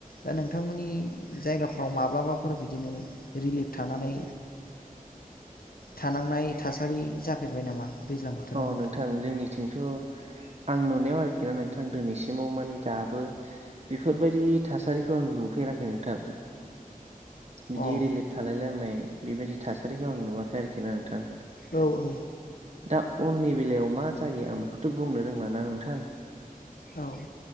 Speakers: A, on the left; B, on the right.
A: दा नोंथांमोननि जायगाफ्राव माब्लाबाफोर बिदिनो रिलिफ थानानै थानांनाय थासारि जाफेरबाय नामा दैज्लां बोथोराव
B: अ नोंथां जोंनिथिंथ' आं नुनायाव आरोखि ना नोंथां दिनैसिमाव माने दाबो बेफोरबायदि थासारिखौ आं नु फेराखै नोंथां बिदि
A: अ
B: रिलिफ थालाय लांनाय बेबायदि थासारिखौ आं नुवाखै आरोखि ना नोंथां
A: औ औ
B: दा उननि बेलायाव मा जायो आं बेखौथ' बुंनो रोंला ना नोंथां
A: औ